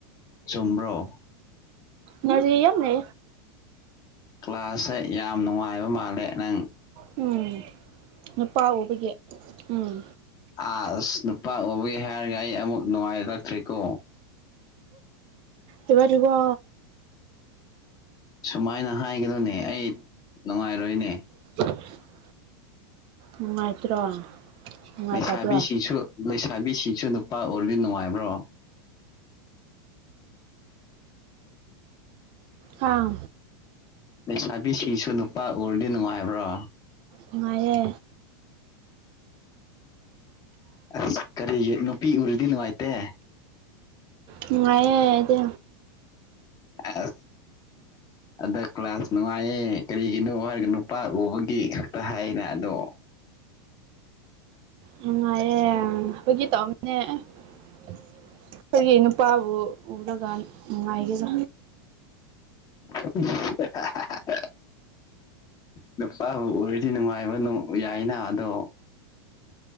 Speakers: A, on the left; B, on the right.
A: ꯆꯨꯝꯕ꯭ꯔꯣ
B: ꯅꯖꯔꯤ ꯑꯃꯅꯦ
A: ꯀ꯭ꯂꯥꯁꯁꯦ ꯌꯥꯝ ꯅꯨꯡꯉꯥꯏꯕ ꯃꯥꯜꯂꯦ ꯅꯪ
B: ꯎꯝ ꯅꯨꯄꯥ ꯎꯕꯒꯤ ꯎꯝ
A: ꯑꯥ ꯑꯁ ꯅꯨꯄꯥ ꯎꯕꯒ ꯍꯥꯏꯔꯒ ꯑꯩ ꯑꯃꯨꯛ ꯅꯨꯡꯉꯥꯏꯔꯛꯇꯔꯦꯀꯣ
B: ꯑꯦꯕꯅꯤꯀꯣ
A: ꯁꯨꯃꯥꯏꯅ ꯍꯥꯏꯒꯅꯨꯅꯦ ꯑꯩ ꯅꯨꯡꯉꯥꯏꯔꯣꯏꯅꯦ
B: <inaudible> ꯅꯨꯡꯉꯥꯏꯇ꯭ꯔꯣ ꯅꯨꯡꯉꯥꯏꯇꯕ꯭ꯔꯣ
A: ꯂꯩꯁꯥꯕꯤꯁꯤꯡꯁꯨ ꯂꯩꯁꯥꯕꯤꯁꯤꯡꯁꯨ ꯅꯨꯄꯥ ꯎꯔꯗꯤ ꯅꯨꯡꯉꯥꯏꯕ꯭ꯔꯣ
B: ꯑꯥ
A: ꯂꯩꯁꯥꯕꯤꯁꯤꯡꯁꯨ ꯅꯨꯄꯥ ꯎꯔꯗꯤ ꯅꯨꯡꯉꯥꯏꯕ꯭ꯔꯣ
B: ꯅꯨꯡꯉꯥꯏꯌꯦ
A: ꯑꯁ ꯀꯔꯤꯒꯤ ꯅꯨꯄꯤ ꯎꯔꯥꯗꯤ ꯅꯨꯡꯉꯥꯏꯇꯦ
B: ꯅꯨꯡꯉꯥꯏꯌꯦ ꯑꯩꯗꯤ
A: ꯑ ꯑꯗ ꯀ꯭ꯂꯥꯁ ꯅꯨꯡꯉꯥꯏꯌꯦ ꯀꯔꯤꯒꯤꯅꯣ ꯍꯥꯏꯔꯒ ꯅꯨꯄꯥ ꯎꯕꯒꯤ ꯈꯛꯇ ꯍꯥꯏꯌꯦꯅ ꯑꯗꯣ
B: ꯅꯨꯡꯉꯥꯏꯌꯦ ꯐꯥꯒꯤ ꯇꯧꯃꯦ ꯑꯥ ꯑꯩꯈꯣꯢꯒꯤ ꯅꯨꯄꯥꯕꯨ ꯎꯔꯒꯥ ꯅꯨꯡꯉꯥꯏꯒꯦꯔꯥ
A: <inaudible> ꯅꯨꯄꯥꯕꯨ ꯑꯣꯏꯔꯗꯤ ꯅꯨꯡꯉꯥꯏꯕ ꯌꯥꯏꯅ ꯑꯗꯣ